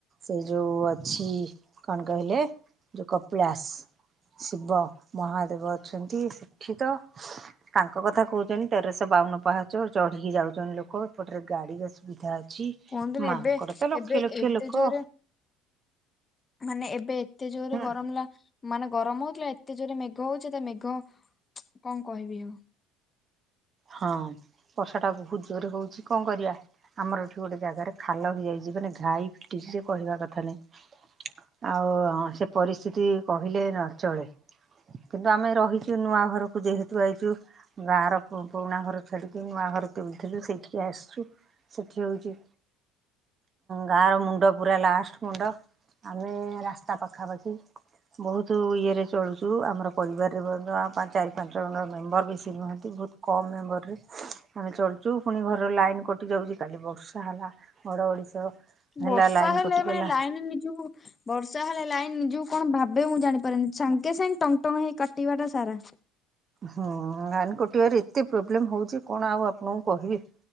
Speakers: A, on the right; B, on the left.
A: ସେ ଯୋଉ ଅଛି କଣ କହିଲେ ଯୋଉ କପିଳାସ। ଶିବ ମହାଦେବ ଅଛନ୍ତି ସେଠିତ ତାଙ୍କ କଥା କହୁଛନ୍ତି ତେରଶହ ବାଉନ ପାହାଚ ଚଢିକି ଯାଉଛନ୍ତି ଲୋକ ଏପଟରେ ଗାଡି ଆସୁ ସୁବିଧା ଅଛି
B: କୁହନ୍ତୁନି
A: ମାଙ୍କର
B: ଏବେ
A: ତ ଲକ୍ଷ
B: ଏବେ
A: ଲକ୍ଷ
B: ଏତେ
A: ଲୋକ
B: ଜୋରେ ମାନେ ଏବେ ଏତେ ଜୋରରେ
A: ହୁଁ
B: ଗରମ ହେଲା ମାନେ ଗରମ ହଉଥିଲା ଏତେ ଜୋର୍ ରେ ମେଘ ହଉଛି ତା ମେଘ କଣ କହିବି ଆଉ।
A: ହଁ ବର୍ଷା ଟା ବହୁତ ଜୋରେ ହଉଛି କଣ କରିବା। ଆମର ଏଠି ଗୋଟେ ଜାଗାରେ ଖାଲ ହେଇଯାଇଛି ମାନେ ଘାଇ ଫିଟିଛି ସେ କହିବା କଥା ନାଇଁ। ଆଉ ସେ ପରିସ୍ଥିତି କହିଲେ ନ ଚଳେ। କିନ୍ତୁ ଆମେ ରହିଛୁ ନୂଆ ଘରକୁ ଯେହେତୁ ଆଇଛୁ ଗାଁ ର ପୁରୁଣା ଘର ଛାଡ଼ିକି ନୂଆ ଘର କିଣିଥିଲୁ ସେଇଠିକି ଆସିଛୁ ସେଇଠି ହଉଛି ଗାଁ ର ମୁଣ୍ଡ ପୁରା ଲାଷ୍ଟ ମୁଣ୍ଡ ଆମେ ରାସ୍ତା ପାଖାପାଖି। ବହୁତ ଇଏରେ ଚଳୁଛୁ ଆମର ପରିବାରରେ ମଧ୍ୟ ଚାରି ପାଞ୍ଚ ଜଣଙ୍କର ମେମ୍ବର ବେଶୀ ନୁହନ୍ତି ବହୁତ କମ ମେମ୍ବରରେ ଆମେ ଚଳଛୁ ପୁଣି ଘର ଲାଇନ କଟୁ କଟି ଯାଉଛି କାଲି ବର୍ଷା ହେଲା ଘଡ଼ଘଡ଼ି ସହ
B: ବର୍ଷା
A: ହେଲା ଲାଇନ୍
B: ହେଲେ
A: କଟିିଗଲା।
B: ମାନେ ନିଜକୁ ବର୍ଷା ହେଲେ ଲାଇନ ନିଜକୁ କଣ ଭାବେ ମୁଁ ଜାଣିପାରନି ସାଙ୍ଗେ ସାଙ୍ଗେ ଟଙ୍ଗ ଟଙ୍ଗ ହେଇ କାଟିବା ଟା ସାରା।
A: ହୁଁ ଲାଇନ୍ କଟିବାରେ ଏତେ ପ୍ରୋବ୍ଲେମ ହଉଛି କଣ ଆଉ ଆପଣଙ୍କୁ କହିବି।